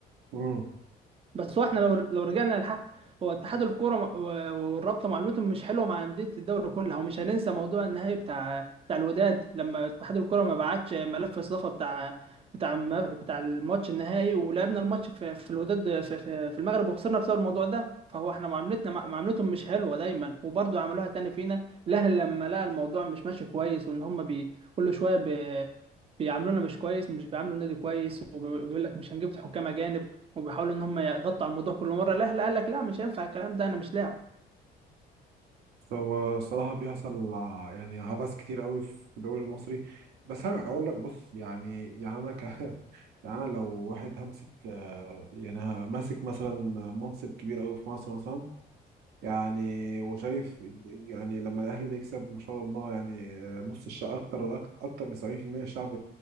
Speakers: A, on the right; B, on the right.
A: آه.
B: بس هو احنا لو لو رجعنا للحق هو اتحاد الكوره م- و- والرابطه معاملتهم مش حلوه مع انديه الدوري كلها ومش هننسى موضوع النهائي بتاع بتاع الوداد لما اتحاد الكوره ما بعتش ملف استضافه بتاع بتاع الم- بتاع الماتش النهائي ولعبنا الماتش في, في الوداد في, في, في المغرب وخسرنا بسبب الموضوع ده فهو احنا معاملتنا مع- معاملتهم مش حلوه دايما وبرضه عملوها تاني فينا الاهلي لما لقى الموضوع مش ماشي كويس وان هم بي كل شويه بيعاملونا مش كويس مش بيعاملوا النادي كويس وبيقول لك مش هنجيب حكام اجانب وبيحاولوا ان هم يغطوا على الموضوع كل مره الاهلي قال لك لا مش هينفع الكلام ده انا مش لاعب
A: هو الصراحة بيحصل ع- يعني عبث كتير قوي في الدوري المصري بس هرجع أقول لك بص يعني يعني أنا ك <laughs> يعني أنا لو واحد همسك آه، يعني ماسك مثلا منصب كبير قوي في مصر مثلا يعني وشايف يعني لما الأهلي بيكسب ما شاء الله يعني آه، نص الشعب أكتر أكتر أكتر من 70% الشعب